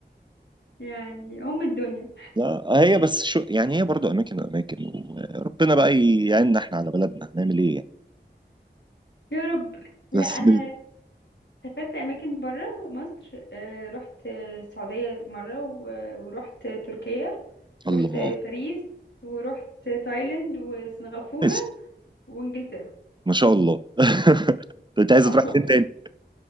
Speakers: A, on the left; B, on the right.
A: يعني أم الدنيا
B: لا هي بس شو يعني هي برضو اماكن واماكن وربنا بقى يعيننا احنا على بلدنا هنعمل ايه يعني
A: يا رب لا
B: بس
A: أنا
B: ب-
A: سافرت أماكن برا مصر آه، رحت آه، السعودية مرة و- ورحت تركيا
B: الله
A: ورحت باريس ورحت تايلاند وسنغافورة
B: كويس
A: وإنجلترا
B: ما شاء الله <laughs> طب انت
A: <laughs>
B: عايز
A: اه
B: تروح فين تاني